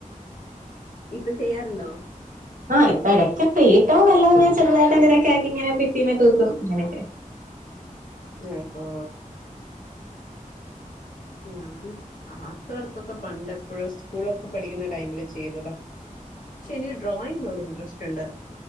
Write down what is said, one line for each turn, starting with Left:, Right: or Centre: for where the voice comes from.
Left: ഇപ്പ ചെയ്യാറുണ്ടോ
Right: ആഹ് ഇപ്പ എടക്ക് ഫ്രീ ടൈം വല്ലതും ചെറുതായിട്ട് എന്തങ്കിലൊക്കെ ആക്കിങ്ങനെ ബിത്തിമ്മേ തൂക്കും അങ്ങനെയൊക്കെ
Left: ആഹാ ഞാൻ ആർട്ട് വർക്കൊക്കെ പണ്ട് എപ്പോഴോ സ്കൂളൊക്കെ പഠിക്കുന്ന ടൈമില് ചെയ്തത ഷെ എനിക്ക് ഡ്രോയിങ്ങിനോട് ഇൻട്രസ്റ്റ് ഉണ്ട്